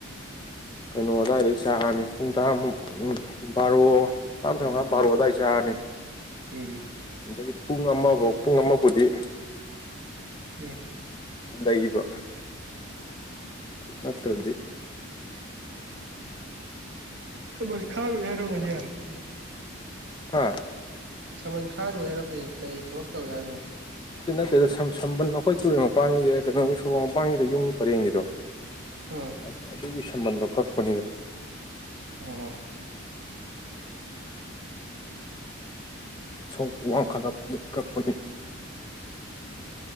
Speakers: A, on the left; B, on the right.
A: ꯀꯩꯅꯣ ꯑꯗꯨꯋꯥꯏꯗ ꯆꯔꯅꯤ ꯄꯨꯡ ꯇꯔꯥꯃꯨꯛ ꯕꯥꯔꯣ ꯇꯔꯥ ꯇꯔꯃꯉ ꯕꯥꯔꯑꯣꯗꯥ ꯍꯥꯏꯆꯥꯅꯤ
B: ꯃꯥꯅꯦ
A: ꯑꯗꯒꯤ ꯄꯨꯡ ꯑꯃꯐꯥꯎ ꯄꯨꯡ ꯑꯃꯕꯨꯗꯤ
B: ꯎꯝ
A: ꯂꯩꯩꯕ ꯅꯠꯇ꯭ꯔꯗꯤ
B: ꯁꯁ ꯈꯔ ꯌꯥꯔꯣ ꯉꯁ
A: ꯍꯥꯥ
B: ꯁꯃꯟ ꯈꯥꯔꯨ ꯍꯥꯏꯔꯣ ꯀꯩ ꯀꯩ ꯊꯕꯛ ꯇꯧꯏꯤ ꯍꯥꯏꯕꯅꯣ
A: ꯅꯠꯇꯦ ꯅꯠꯇꯦꯗ ꯁ ꯁꯝꯕꯟ ꯑꯩꯈꯣꯏ ꯇꯨꯔꯦꯜ ꯃꯄꯥꯟꯒꯤꯗ ꯀꯩꯅꯣꯒꯤ ꯁꯣꯔꯣꯛ ꯃꯄꯥꯟꯒꯤꯗ ꯌꯨꯝꯒꯤ ꯄꯔꯦꯡꯒꯤꯗꯣ
B: ꯎꯝ
A: ꯑ ꯑꯗꯨꯒꯤ ꯁꯝꯕꯜꯗꯣ ꯀꯛꯄꯅꯤꯅ
B: ꯑꯣ
A: ꯁ ꯋꯥ ꯈꯥꯟꯗ ꯀꯄꯅꯤ